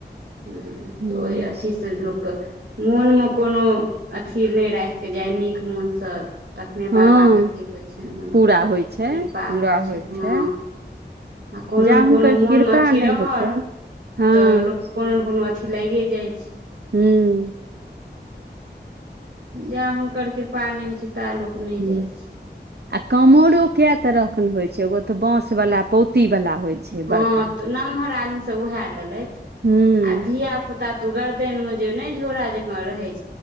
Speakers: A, on the right; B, on the right.
A: हुं
B: हूँ
A: ओइ अथी से लोक के मोनमे कोनो अथी नहि राखि कऽ जाय नीक मोन सँ तखने
B: हँ
A: बाबाके अथी होइ छनि हुनकर
B: पूरा होइ छै
A: कृपा
B: पूरा
A: होइ छनि।
B: छै
A: हँ, आ कोनो
B: जा
A: ने
B: हुनकर
A: कोनो मोन
B: कृपा
A: मे अथि
B: नहि
A: रहल
B: हेतै हँ
A: तऽ लोक के कोनो ने कोनो अथी लाइगे जाइ छै।
B: हूँ
A: जा हुनकर कृपा नहि होइ छै ता लोक नहि
B: हुं
A: जाइ छै
B: आ कामोरो कए तरह क अखन होइ छै एगो तऽ बाँस बला पौती बला। होइ छै
A: हँ
B: बड़का।
A: तऽ नमहर आदमी सब उएह लेलथि
B: हूँ
A: आ धीया पुता पुता त गर्दन में जे नै झोरा जकां रहय छै